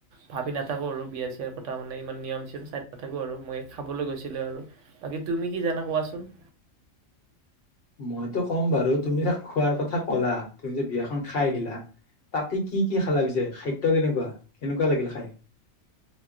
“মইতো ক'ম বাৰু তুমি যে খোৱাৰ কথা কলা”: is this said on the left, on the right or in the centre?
Left